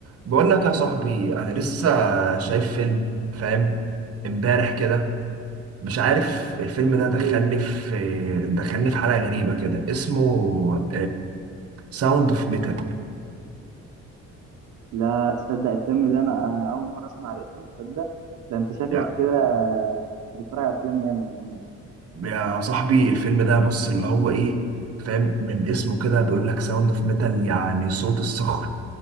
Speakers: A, on the right; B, on the right.
A: بقول لك يا صاحبي انا لسه شايف فيلم فاهم امبارح كده مش عارف الفيلم
B: اسمه
A: ده دخلني
B: ايه
A: في دخلني في حالة غريبة كده اسمه ساوند اوف ميتال
B: لا تصدق الفيلم ده انا آه، اول مره اسمع اسمه تصدق ده انت شكلك
A: يا
B: كده بتتفرج على افلام ياما يا زميلي
A: يا صاحبي الفيلم ده بص اللي هو ايه فاهم من اسمه كده بيقول لك ساوند اوف ميتال يعني صوت الصخر